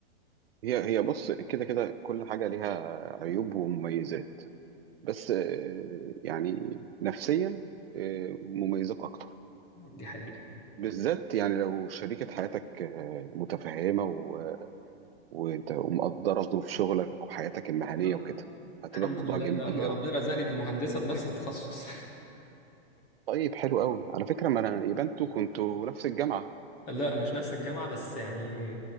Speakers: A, on the right; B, on the left.
A: هي هي بص كده كده كل حاجه ليها عيوب ومميزات بس آه، يعني نفسيا آه، مميزات اكتر
B: دي حقيقه
A: بالذات يعني لو شريكة حياتك آه، متفهمة و... وانت ومقدرة ظروف شغلك وحياتك المهنية
B: لا
A: وكده هتبقى
B: الحمد
A: الموضوع
B: لله
A: جميل
B: لا انا
A: قوي
B: ربنا رزقني بمهندسه بنفس التخصص
A: طيب حلو قوي على فكرة ما انا يبقى انتوا كنتوا نفس الجامعة
B: <laughs> لا مش نفس الجامعه بس يعني